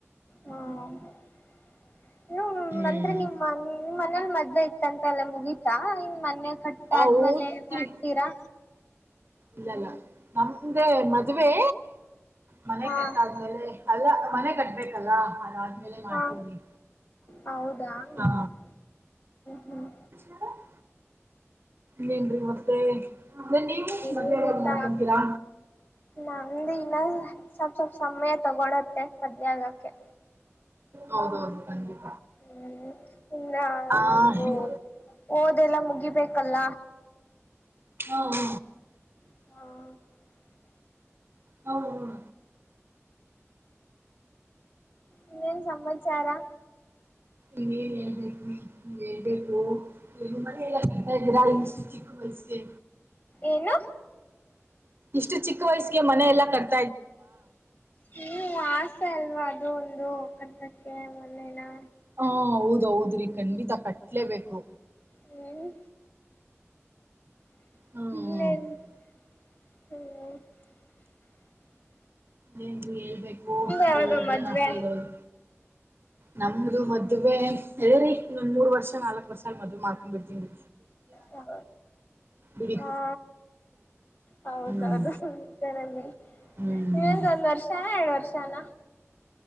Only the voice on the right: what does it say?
ಹ್ಮ್
ಹೌದ್ರಿ
ಇಲ್ಲಲ್ಲ ನಮ್ದೆ ಮದುವೆ ಮನೆ
ಕಟ್ಟಾದ್ಮೇಲೆ ಅಲ್ಲ ಮನೆ ಕಟ್ಬೇಕಲ್ಲಾ ಅದಾದ್ಮೇಲೆ ಮಾಡ್ತೀವ್ರಿ
ಹಾ
<unintelligible> ನಿನ್ದ್ ಮತ್ತೆ ಅದ ನೀವು ಮದ್ೆಾವಾಗ
ಮಾಡ್ಕೊಂತೀರಾ
ಹೌದೌದು <unintelligible>
ಆ
ಹ್ಮ್
ಹಾ ಹಾ
ಹೌ ಹ <unintelligible>
ಇದ <unintelligible> ಹೇಳ್ಬೇಕು ಎಲ್ಲಿ ಮನಲ್ಲ <unintelligible> ಚಿಕ್ ವಯಸ್ಸಿಗೆ
ಇಷ್ಟು ಚಿಕ್ಕ ವಯಸ್ಸಿಗೆ ಮನೆ ಎಲ್ಲ ಕಟ್
ಹಾ ಹೌದ್ದೌದ್ರಿ ಖಂಡಿತ ಕಟ್ಲೇಬೇಕು
ಇನ್ನೇನ್ರಿ
ಇೇ ಹೇಳ್ಬೇಕು ಈ
ಹೇಳಿದ್ರೆ
ನಾವು ಕೇಳೋದು ನಮದು ಮದುವೆ ಅದೇರಿ ಇನ್ನೊಂದ ಮೂರ್ ನಾಕಕ್ ವರ್ಷ ಅ ಮದ್ ಮಾಡ್ಕೊಂಡ್ ಬಿಡ್ತೀನ್ ರೀ
ಬಿಡಿ
ಹ್ಮ್
ಹ್ಮ್